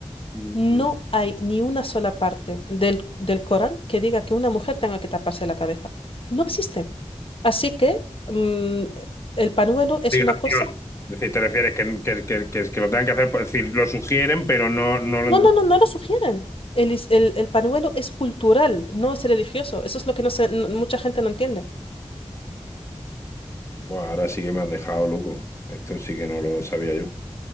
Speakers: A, on the left; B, on the left.
A: Mm.
B: No hay ni una sola parte del, del Corán que diga que una mujer tenga que taparse la cabeza. No existe. Así que mm, el panuelo es
A: Obligación.
B: una cosa...
A: Es decir, te refieres que, que, que, que, que lo tengan que hacer, pues, es decir, lo sugieren, pero no, no lo...
B: No, no, no, no lo sugieren. El, is- el, el panuelo es cultural, no es religioso. Eso es lo que no se- no- mucha gente no entiende.
A: Buah, ahora sí que me has dejado loco. Esto sí que no lo sabía yo.